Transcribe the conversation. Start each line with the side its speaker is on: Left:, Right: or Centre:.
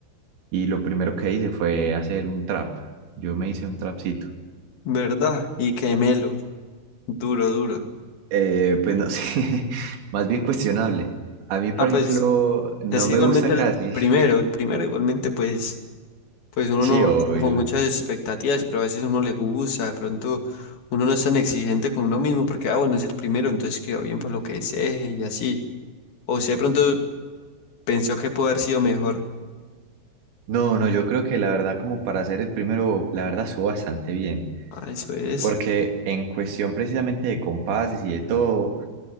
Right: Y lo primero que hice fue hacer un trap. Yo me hice un trapcito.
Left: ¿Verdad? Y qué melo duro, duro.
Right: Eh, pues no sé, <laughs> más bien cuestionable. A mí, por
Left: Ah, pues
Right: ejemplo, no
Left: es
Right: me
Left: igualmente
Right: gusta casi.
Left: el el primero,
Right: <laughs>
Left: el primero igualmente pues Pues uno
Right: Sí,
Left: no
Right: obvio.
Left: tiene como muchas expectativas, pero a veces uno le gusta, de pronto uno no es tan exigente con uno mismo porque, ah, bueno, es el primero, entonces quedó bien para lo que desee y así. O sea, de pronto pensó que pudo haber sido mejor.
Right: No, no, yo creo que la verdad como para ser el primero, la verdad estuvo bastante bien,
Left: Ah, eso es.
Right: porque en cuestión precisamente de compases y de todo,